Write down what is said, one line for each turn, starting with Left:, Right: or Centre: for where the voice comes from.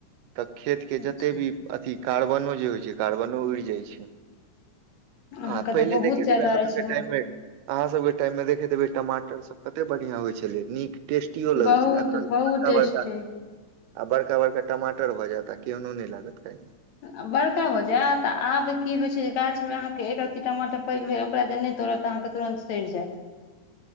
Right: तऽ खेत के
Left: अच्छा
Right: जते भी अथी कार्बनो जे होइ छै कार्बनो उड़ि जाइ छै।
Left: अहाँके
Right: आ पहिले
Left: तऽ बहुत
Right: देखेेतई
Left: ज्यादा
Right: वैह आजू
Left: अछि
Right: के टाइम मे अहाँ सब के टाइम मे देखैत हेबै टमाटर सब कते बढ़िया होइ छलै नीक टेस्टियो लगै
Left: बहुत
Right: छल एखन
Left: बहुत
Right: दवाई
Left: टेस्टी
Right: दै देत आ बड़का बड़का टमा टर भऽ जैत आ केहनो नहि लागत खाईमें
Left: आ बड़का भऽ जायत आ आब की होइ छै जे गाछमे अहाँके एक रत्ती टमाटर पैघ भेल ओकरा जे नहि तोड़ब तऽ अहाँके तुरन्त सड़ि जायत।